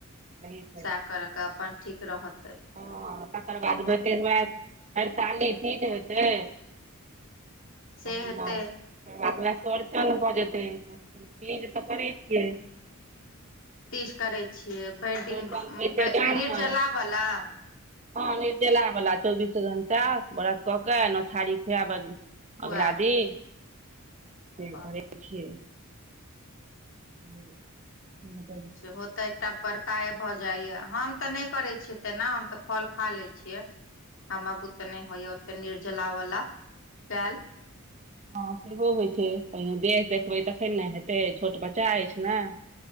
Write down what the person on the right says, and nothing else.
सही से
हँ तकर बाद भतेर वैह हरताली तीज हेतै।
अहिना
तकर बाद वैह चौरचन भऽ जेतै, चीज तऽ करै छियै।
चौड़चन
होइ छै गाममे
हँ निर्जला वला चौबीस घंटा व्रत कऽ के नौ थारी खुआव आ
अगला दिन से
करैत छियै। <unintelligible> <unintelligible>
हँ सेहो होइ छै, पहिने देह देखबै तखन ने हेतै, छोट बच्चा अछि ने।